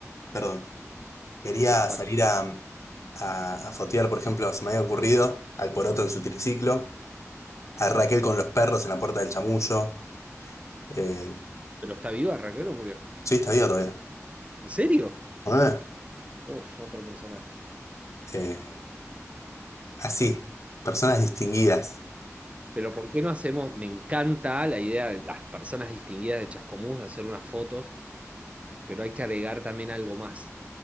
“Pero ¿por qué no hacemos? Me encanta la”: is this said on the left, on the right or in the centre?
Right